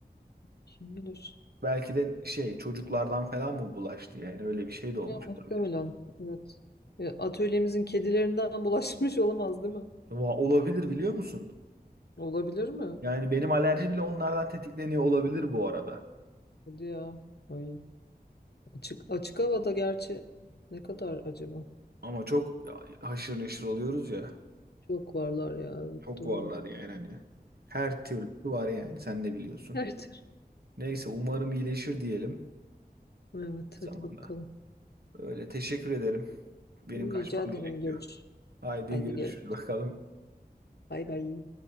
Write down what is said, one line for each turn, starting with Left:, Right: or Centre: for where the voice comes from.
Left: Kim bilir.
Right: Belki de şey çocuklardan falan mı bulaştı yani öyle bir şey de olmuş
Left: Ya muhtemelen.
Right: olabilir.
Left: Evet. Ya, atölyemizin kedilerinden <laughs> bulaşmış olamaz değil mi?
Right: Va- Olabilir biliyor musun?
Left: Olabilir mi?
Right: Yani benim alerji bile onlardan tetikleniyor olabilir bu arada.
Left: Hadi ya. Ay. Açık, açık havada gerçi ne kadar acaba?
Right: Ama çok haşır neşir oluyoruz ya.
Left: Çok varlar ya. Evet
Right: Çok
Left: doğru.
Right: varlar yani hani. Her türlü var yani sen de biliyorsun.
Left: Her türlü.
Right: Neyse umarım iyileşir diyelim.
Left: Evet hadi
Right: zamanda.
Left: bakalım.
Right: Öyle teşekkür ederim. Benim
Left: Rica
Right: kaçmam
Left: ederim
Right: gerekiyor.
Left: görüş.
Right: Haydi
Left: Hadi
Right: görüşürüz
Left: görüşürüz.
Right: bakalım.
Left: Bay bay.